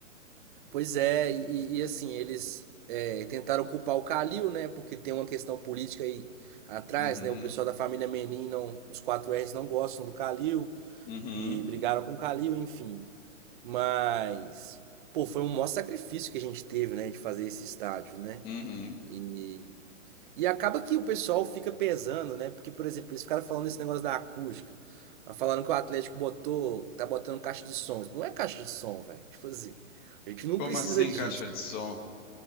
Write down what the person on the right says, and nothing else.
Pois é, e, e assim, eles é, tentaram culpar o Calil, né? Porque tem uma questão política aí atrás,
né? O pessoal da família Menin, não, os quatro rs não gostam do Calil
e brigaram com o Calil, enfim. Mas, pô, foi um maior sacrifício que a gente teve, né, de fazer esse estádio, né?
E, e acaba que o pessoal fica pesando, né? Porque, por exemplo, eles ficaram falando esse negócio da acústica. Falando que o Atlético botou, tá botando caixa de som. Isso não é caixa de som, velho. Tipo assim, a gente não
precisa
disso.